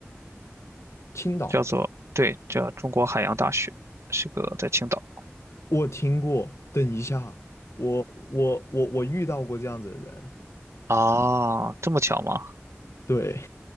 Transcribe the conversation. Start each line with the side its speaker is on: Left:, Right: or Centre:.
Left: 青岛，
Right: 叫做对，叫中国海洋大学，是个在青岛
Left: 我听过。等一下，我我我我遇到过这样子的人，
Right: 啊，这么巧吗？
Left: 对。